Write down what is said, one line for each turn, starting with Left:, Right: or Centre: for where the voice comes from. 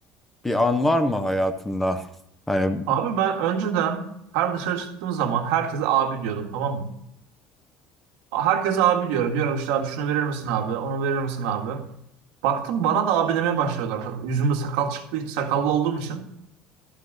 Centre: bir an var mı hayatında? Hani
Right: Abi ben önceden her dışarı çıktığım zaman herkese abi diyordum tamam mı? Herkese abi diyorum. Diyorum işte abi şunu verir misin abi? Onu verir misin abi? Baktım bana da abi demeye başladılar. Yüzümde sakal çıktı. Hiç sakallı olduğum için.